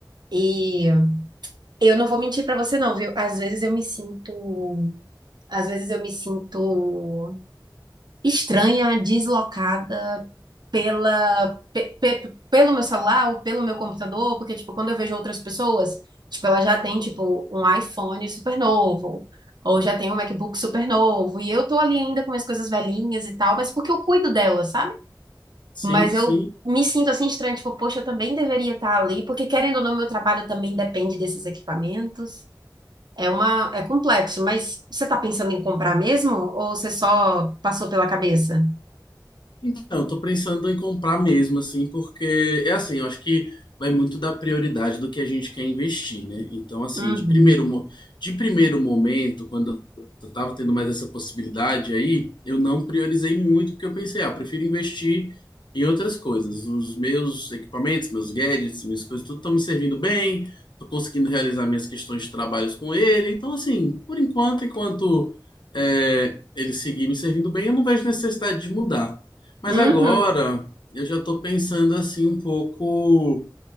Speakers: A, on the right; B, on the left.
A: e Eu não vou mentir pra você não, viu? Às vezes eu me sinto, às vezes eu me sinto estranha, deslocada pela pe- pe- pelo meu celular ou pelo meu computador, porque tipo, quando eu vejo outras pessoas, tipo, ela já tem tipo um iPhone super novo, ou já tem um MacBook super novo, e eu tô ali ainda com minhas coisas velhinhas e tal, mas porque eu cuido delas, sabe?
B: Sim,
A: Mas
B: sim.
A: eu me sinto assim estranha, tipo, poxa, eu também deveria estar ali, porque querendo ou não, meu trabalho também depende desses equipamentos. É uma, é complexo, mas você está pensando em comprar mesmo ou você só passou pela cabeça?
B: Então, eu tô pensando em comprar mesmo, assim, porque é assim, eu acho que vai muito da prioridade do que a gente quer investir, né? Então, assim,
A: Uhum.
B: de primeiro, mo- de primeiro momento, quando eu tava tendo mais essa possibilidade aí, eu não priorizei muito, porque eu pensei, ah, eu prefiro investir em outras coisas. Os meus equipamentos, meus gadgets, minhas coisas, tudo estão me servindo bem, tô conseguindo realizar minhas questões de trabalhos com ele. Então, assim, por enquanto, enquanto é, ele seguir me servindo bem, eu não vejo necessidade de mudar. Mas
A: Uhum.
B: agora eu já estou pensando assim um pouco